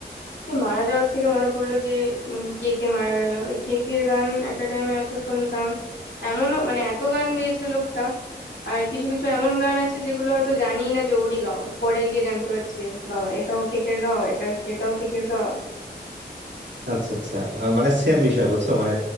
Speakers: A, on the left; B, on the right.
A: এই মারা যাওয়ার থেকে মনে পড়লো যে উম, কে কে মারা গেল এই কে কে গান একটা টাইমে এত শুনতাম এমনও মানে এত গান গেয়েছে লোকটা আর কিছু কিছু এমন গান আছে যেগুলো হয়তো জানি না যে ওরই গাওয়া পরে গিয়ে জানতে পারছে বাবা এটাও কেকের গাওয়া এটা এটাও কেকের গাওয়া
B: আচ্ছা আচ্ছা আহ, মানে সেম বিষয় বুঝছো মানে